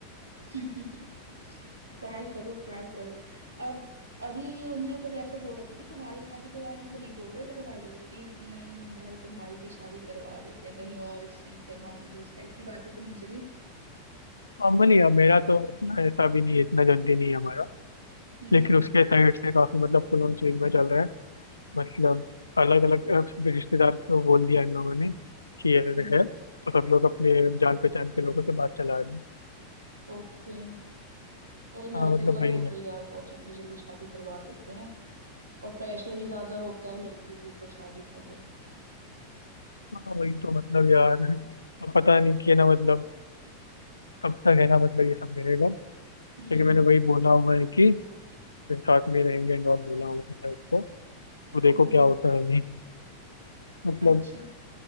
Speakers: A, on the right (about 80°); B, on the left (about 80°).
A: <laughs> ट्राई करो ट्राई करो अब अभी उनने कुछ ऐसा बोला तो नहीं तुम्हारी शादी के बारे में तो नहीं बोल रहे घर वाले कि नहीं भाई तुम्हारी भी शादी करवा देते हैं कहीं और इससे नहीं करवाएंगे इस टाइप की बातें तो नहीं चली
B: नॉर्मली है मेरा तो ऐसा भी नहीं है इतना जल्दी नहीं है हमारा
A: हम्म
B: लेकिन
A: हम्म
B: उसके साइड से काफी मतलब फुल ऑन स्विंग में चल रहा है मतलब अलग अलग रिश्तेदार को बोल दिया इन लोगों ने कि ऐसे
A: हम्म
B: ऐसे है तो सब लोग अपने जान पहचान के लोगों से बात चला रहे हैं
A: ओके अरे लड़कियों
B: हाँ मतलब
A: का
B: वही
A: तो होता
B: है
A: ही यार बहुत जल्दी जल्दी शादी करवा देते हैं और प्रेशर भी ज्यादा होता है लड़कियों के ऊपर शादी का तो
B: हाँ वही तो मतलब यार अब पता नहीं कि है ना मतलब कब तक है ना मतलब ये सब रहेगा लेकिन
A: हम्म
B: मैंने वही बोला हुआ है कि साथ में रहेंगे एंड ऑल बोला हुआ है उसको तो देखो
A: हम्म हम्म
B: क्या
A: हम्म।
B: होता है अभी मतलब
A: अच्छा